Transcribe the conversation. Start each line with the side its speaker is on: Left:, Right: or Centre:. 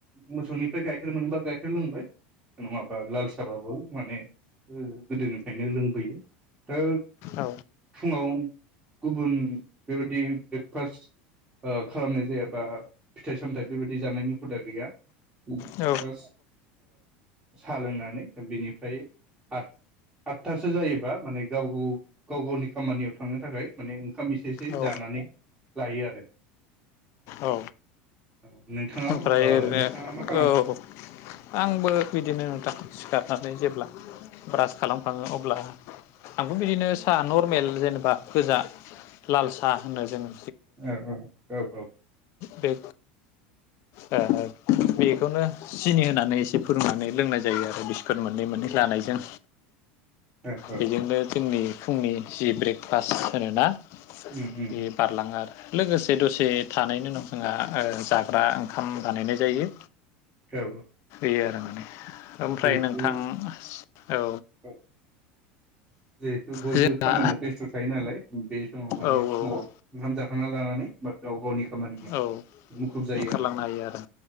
Right: मोसौनि फ्राय गाइखेर मोनोबा गाइखेर लोंबाय नङाबा लालसाबाबो माने गोदोनिफ्रायनो लोंबोयो। दा
Left: औ
Right: फुङाव गुबुन बेबायदि ब्रेकफास्ट ओ खालामनाय जायाबा फिथाइ सामथाइ बेबायदि जानायनि हुदा गैया। <unintelligible> ओ
Left: औ
Right: सा लोंनानै बिनिफ्राय आथ आथथासो जायोबा माने गाव गाव गाव गावनि खामानियाव थांनो थाखाय माने ओंखाम एसे एसे
Left: औ
Right: जानानै लायो आरो।
Left: औ
Right: औ नोंथाङा
Left: ओमफ्राय
Right: ओ
Left: ओरैनो
Right: नोंथाङा मा खालामो
Left: औ आंबो बिदिनो नोंथां सिखारनानै जेब्ला ब्रास खालामखाङो अब्ला आंबो बिदिनो सा नरमेल जेनेबा गोजा लाल सा होनो जोङो
Right: औ औ औ औ।
Left: बे ओ बेखौनो सिनि होनानै एसे फुदुंनानै लोंनाय जायो आरो बिस्कुट मोननै मोननै लानायजों।
Right: औ औ
Left: बेजोंनो जोंनि फुंनि जि ब्रेकफास्ट होनोना
Right: उम उम
Left: बे
Right: उम
Left: बारलाङो आरो। लोगोसे दसे थानायनि उनाव जोंहा ओ जाग्रा ओंखाम बानायनाय जायो।
Right: औ।
Left: बे आरो माने। ओमफ्राय
Right: जिहेथु
Left: नोंथां
Right: ओ
Left: औ
Right: जिहेथु बयबो
Left: जोंहा
Right: खामानियाव बेस्थ थायो नालाय बे समाव माने
Left: औ
Right: फुङाव
Left: औ
Right: ओंखाम जा खांना लानानै बा गाव गावनि खामानियाव
Left: औ
Right: मुखुब जायो
Left: ओंखारलांनो
Right: आरोना
Left: हायो आरो